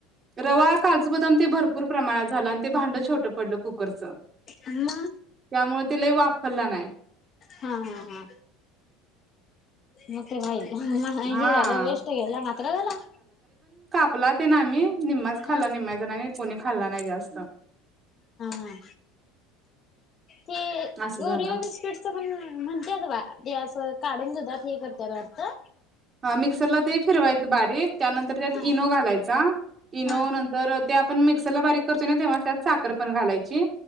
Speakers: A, on the right; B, on the left.
A: रवा काजू बदाम ते भरपूर प्रमाणात झालं आणि ते भांड छोटं पडलं कुकरचं
B: अ
A: त्यामुळे तिलाही वापरला नाही
B: हा हा हा. मग ते राहि
A: हा
B: हे झालं वेस्ट गेलं मात्र झाला
A: फुलात ना आम्ही निम्मच खाल्ला
B: हा
A: निम्म जण कोणी खाल्ला नाही जास्त
B: ह ते
A: असं
B: वरिओ
A: झालं
B: विस्पीडच पण म्हणतात वा गॅस काढून दतात हे करत वाटता
A: हा मिक्सरला ते फिरवायचं बारीक त्यानंतर त्यात
B: हा
A: इनो घालायचा इनो
B: हा
A: नंतर.. ते आपण मिक्सर ला बारी. क करतोय ना तेव्हा त्यात साखर पण घालायची.